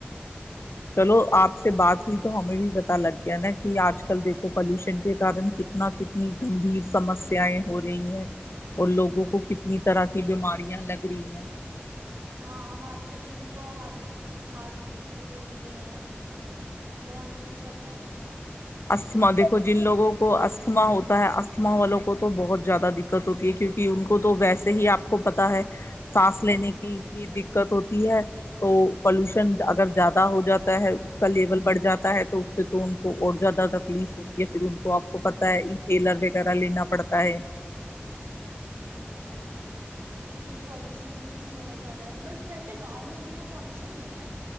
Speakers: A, on the left; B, on the right.
A: چلو آپ سے بات تو ہمیں بھی پتا لگ گیا نا کہ آج کل دیکھو پالوشن کے کن کتنا کتنی گمبھیر سمسیائیں
B: جی
A: ہو رہی ہیں اور لوگوں کو کتنی طرح کی بیماریاں لگ رہی ہیں
B: ہاں ہارٹ پیشنٹ کو ہ ہارٹ کی دقت ہو رہی ہے بہت دقت کتا
A: استھما دیکھو جن لوگوں کو استھما
B: جی
A: ہوتا ہے استھما والوں کو تو بہت زیادہ دکھ دقت ہوتی ہے کیونکہ ان کو تو ویسے ہی آ کو پتتا ہے سانس لینے کی
B: میں
A: بھی
B: پرابلم
A: دقت
B: ہو رہی
A: ہوتی ہے تو پولوشن اگر زیادہ ہو جاتا ہے اس کا لیول بڑھ جاتا ہے تو اس سے تو ان کو اور زیادہ تکلیف ہو یا پھر ان کو آپ کو پت ہے انہیلر وغیرہ لینا پڑتا ہے
B: جی اس لیے پالوشن بہت زیادہ ہے بس ویسے گاؤں میں اتنا پالوشن نہیں ہے